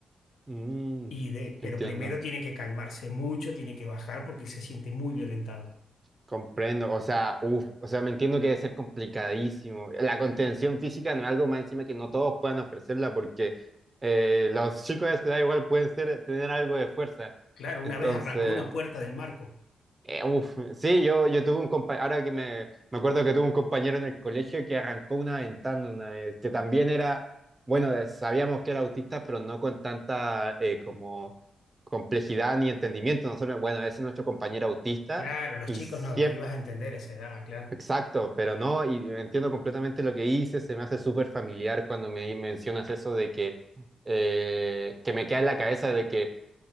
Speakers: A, on the right; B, on the left.
A: mm,
B: Y de,
A: entiendo,
B: pero primero tiene que calmarse mucho, tiene que bajar porque él se siente muy violentado.
A: comprendo, o sea, uf, o sea, me entiendo que debe ser complicadísimo. La contención física no es algo más encima que no todos puedan ofrecerla porque eh, los chicos de esa edad igual pueden ser, tener algo de fuerza.
B: Claro, una
A: Entonces,
B: vez arrancó una puerta del marco.
A: Eh, uf, sí, yo, yo tuve un compañero, ahora que me, me acuerdo que tuve un compañero en el colegio que arrancó una ventana una vez, que también era, bueno, de- sabíamos que era autista, pero no con tanta eh, como complejidad ni entendimiento. Nosotros, bueno, ese es nuestro compañero autista
B: Claro, los
A: y
B: chicos
A: siempre,
B: no, que ibas a entender a esa edad, claro.
A: exacto, pero no, y entiendo completamente lo que hice, se me hace súper familiar cuando me mencionas eso de que, eh, que me queda en la cabeza de que